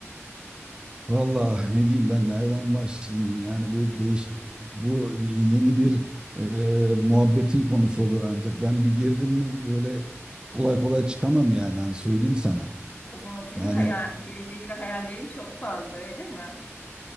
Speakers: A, on the right (about 20°); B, on the left (about 35°).
A: Valla ne diyeyim ben nereden başlayayım? Yani bu değiş bu yeni bir e, muhabbetin konusu olur ancak ben bir girdim mi böyle kolay kolay çıkamam yani Hani söyleyeyim sana.
B: O zaman senin
A: Yani
B: hayal, gelecekle hayallerin çok fazla öyle mi?